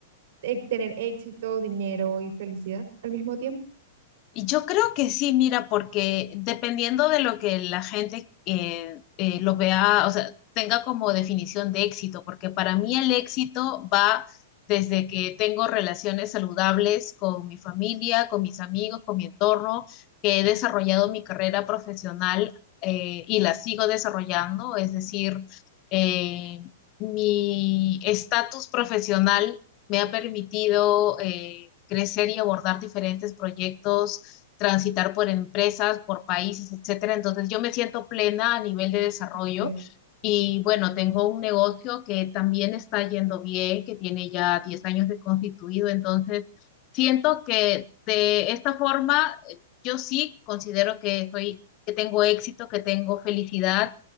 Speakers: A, on the right; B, on the left.
A: eh, tener éxito, dinero y felicidad al mismo tiempo.
B: Y Yo creo que sí, mira, porque dependiendo de lo que la gente eh, eh, lo vea, o sea, tenga como definición de éxito, porque para mí el éxito va desde que tengo relaciones saludables con mi familia, con mis amigos, con mi entorno, que he desarrollado mi carrera profesional eh, y la sigo desarrollando, es decir, eh, mi estatus profesional me ha permitido eh, crecer y abordar diferentes proyectos, transitar por empresas, por países, etcétera. Entonces, yo me siento plena a nivel de desarrollo
A: Okay,
B: y bueno, tengo un negocio que también está yendo bien, que tiene ya 10 años de constituido, entonces siento que de esta forma eh, yo sí considero que soy que tengo éxito, que tengo felicidad